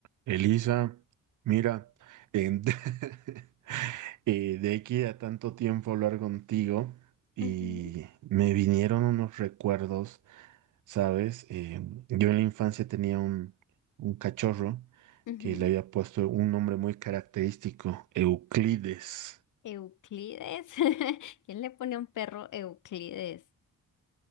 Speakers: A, on the right; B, on the left.
A: Elisa, mira, em, <laughs> eh, de aquí a tanto tiempo hablar contigo y
B: Ujú,
A: me vinieron unos recuerdos, ¿sabes? Em, yo en la infancia tenía un, un cachorro
B: ujú.
A: que le había puesto un nombre muy característico, Euclides.
B: Euclides. <laughs> ¿Quién le pone a un perro Euclides?